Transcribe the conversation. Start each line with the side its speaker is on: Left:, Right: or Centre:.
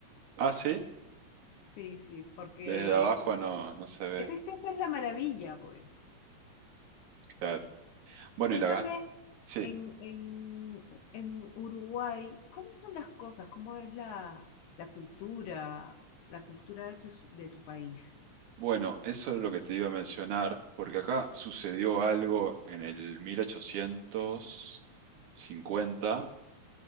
Right: Ah, sí.
Left: Sí, sí, porque
Right: Desde abajo no, no se ve.
Left: esa es que esa es la maravilla, pues.
Right: Claro. Bueno,
Left: Y cuéntame,
Right: y la... gas- Sí.
Left: en, en, en Uruguay, ¿cómo son las cosas? ¿Cómo es la, la cultura, la cultura de tu, de tu país?
Right: Bueno, eso es lo que te iba a mencionar, porque acá sucedió algo en el 1850.